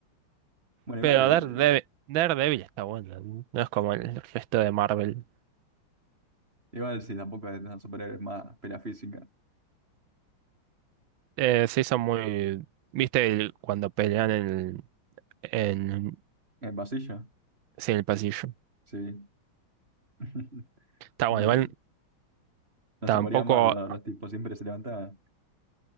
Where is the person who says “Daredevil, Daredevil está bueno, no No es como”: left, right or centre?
Right